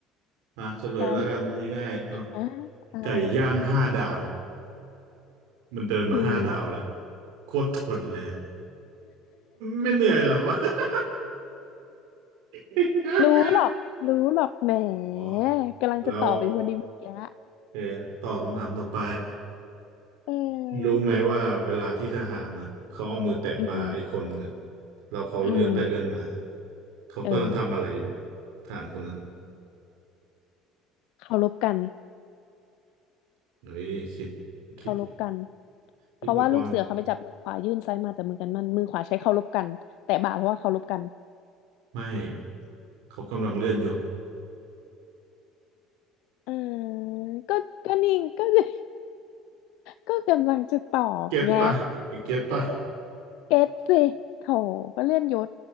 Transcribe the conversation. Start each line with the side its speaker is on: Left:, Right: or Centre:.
Right: อ่ะเฉลยแล้วกันง่ายๆอ่ะ
Left: ไก่อ่าอ่าอ่า
Right: ไก่ย่างห้าดาวมันเดินมาห้าดาวแล้ว
Left: คือ
Right: โคตรทนเลยไม่เหนื่อยหรอ <laughs> ย่างงาน
Left: รู้หรอกรู้หรอกแหม
Right: <laughs> อ๋อ
Left: กำลังจะตอบไปพอดีเมื่อกี้
Right: แล้วเออต่อคำถามต่อไป
Left: เออ
Right: รู้ไหมว่าเวลาที่ทหารน่ะเขาเอามือแตะบ่าไอ้คนหนึ่งอะ
Left: อืม
Right: แล้วเขาเลื่อนไปเลื่อนมา
Left: อืม
Right: เขากำลังทำอะไรอยู่
Left: เออ
Right: ทหารคนนั้นอ่ะ
Left: เคารพกัน
Right: เฮ้ยคิด
Left: เคารพกัน
Right: คิด
Left: เพราะว่าลูกเสือเขาไปจับมือขวายื่นซ้ายมาจับมือกันมันมือขวาใช้เคารพกันแต่บ่าเพราะว่าเคารพกัน
Right: คิดแบบว่าไม่เขากำลังเลื่อนยศ
Left: เออก็ก็นิ่งก็ <laughs> ก็กำลังจะตอบไง
Right: เก็ตป่ะเก็ตป่ะ
Left: เก็ตสิโถก็เลื่อนยศ